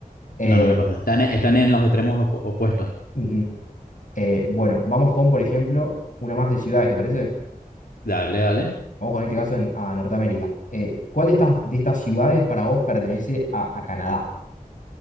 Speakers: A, on the left; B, on the left.
A: Eh,
B: No, no me pasa. Están, en- están en los extremos opu- opuestos.
A: ujú. Eh, bueno, vamos con, por ejemplo, una más de ciudades, ¿te parece?
B: Dale, dale.
A: vamos con este caso en, a Norteamérica. Eh, ¿cuál de estas, de estas ciudades para vos pertenece a, a Canadá?